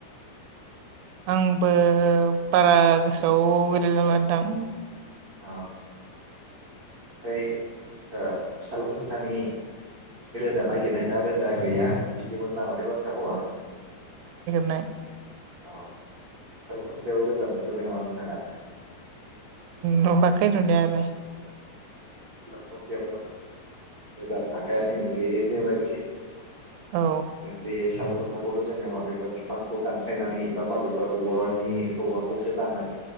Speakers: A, on the right (about 90°); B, on the right (about 65°).
A: आंबो बारा गोसोआव गोलैलामोन थां
B: अ ओमफ्राय ओ साल खुन्थानि रोदा नागिरनाय ना रोदा गैया बिदिमोन नामाथाय बाथ्रा फावा
A: नाय
B: औ साल खुन्थायाव रोदान नुफेरबाय नामा नोंथाङा?
A: नुवाखै नुनायालाय
B: साल खुन्थायाव रोदा थाखायानो बे जेनबा इसे
A: औ
B: आरो बे साल खुन्था खौथ' जोङो माबेबा बिफांखौ दानफायनानै बा माबेबा औवा बि औवा खौसो दानना